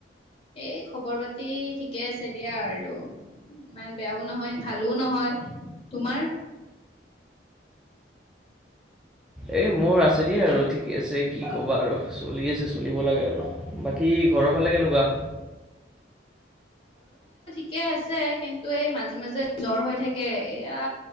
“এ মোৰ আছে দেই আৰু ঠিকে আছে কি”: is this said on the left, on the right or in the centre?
Centre